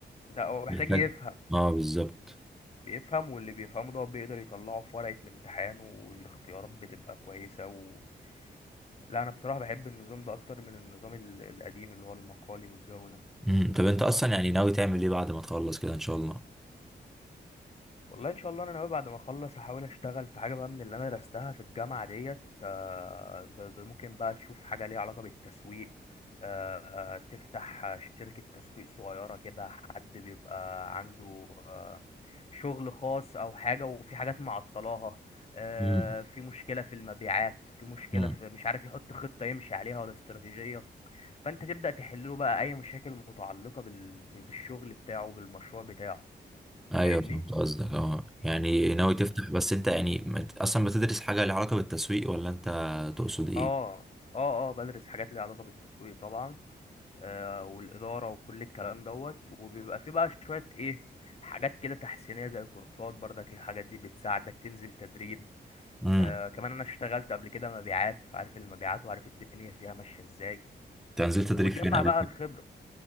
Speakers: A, on the left; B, in the centre.
A: ده هو محتاج
B: بيحتاج
A: يفهم
B: اه بالظبط
A: بيفهم واللي بيفهمه ده هو بيقدر يطلعه في ورقة الامتحان والاختيارات بتبقى كويسة و... لا أنا بصراحة بحب النظام ده أكتر من النظام ال- القديم اللي هو المقالي والجو ده
B: مم. طب انت اصلا يعني ناوي تعمل ايه بعد ما تخلص كده ان شاء الله
A: والله ان شاء الله انا ناوي بعد ما اخلص احاول اشتغل في حاجه بقى من اللي انا درستها في الجامعه ديت آه، ب- ب- ممكن بقى تشوف حاجه ليها علاقه بالتسويق آه، آه، تفتح شركه تسويق صغيره كده حد بيبقى عنده آه، شغل خاص او حاجه وفي حاجات معطلاها آه،
B: مم.
A: في مشكله في المبيعات في مشكله
B: مم.
A: في مش عارف يحط خطه يمشي عليها ولا استراتيجيه فانت تبدا تحل له بقى اي مشاكل متعلقه بال- بالشغل بتاعه بالمشروع بتاعه
B: ايوه
A: فاهمني
B: فهمت قصدك اه يعني ناوي تفتح بس انت يعني مت- اصلا بتدرس حاجه لها علاقه بالتسويق ولا انت تقصد ايه
A: اه اه اه بدرس حاجات ليها علاقة بالتسويق طبعا آه والإدارة وكل الكلام دوت وبيبقى في بقى شوية ايه حاجات كده تحسينية زي كورسات برضك الحاجات دي بتساعدك تنزل تدريب
B: امم
A: آه كمان انا اشتغلت قبل كده مبيعات فعارف المبيعات وعارف الدنيا فيها ماشية ازاي
B: انت نزلت تدريب
A: وبتجمع
B: فين قبل
A: بقى
B: كده
A: الخبرة